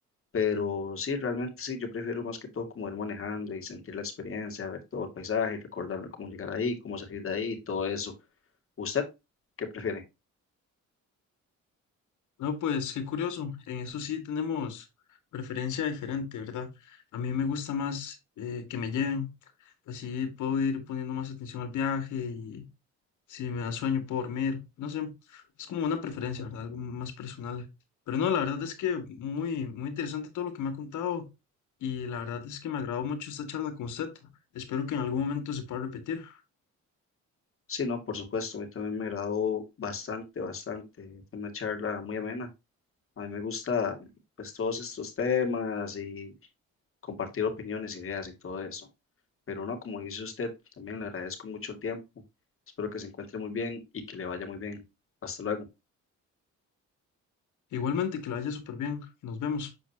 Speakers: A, on the left; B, on the left.
A: Pero sí, realmente sí, yo prefiero más que todo como ir manejando y sentir la experiencia, ver todo el paisaje, y recordarme cómo llegar ahí, cómo salir de ahí, todo eso. ¿Usted qué prefiere?
B: No, pues qué curioso. En eso sí tenemos preferencia diferente, ¿verdad? A mí me gusta más eh, que me lleven. Así puedo ir poniendo más atención al viaje y si me da sueño puedo dormir. No sé, es como una preferencia, ¿verdad? Algo más personal. Pero no, la verdad es que muy, muy interesante todo lo que me ha contado y la verdad es que me agradó mucho esta charla con usted. Espero que en algún momento se pueda repetir.
A: Sí, no, por supuesto, a mí también me agradó bastante, bastante. Fue una charla muy amena. A mí me gusta pues todos estos temas y compartir opiniones, ideas y todo eso. Pero no, como dice usted, también le agradezco mucho el tiempo. Espero que se encuentre muy bien y que le vaya muy bien. Hasta luego.
B: Igualmente, que lo haya súper bien. Nos vemos.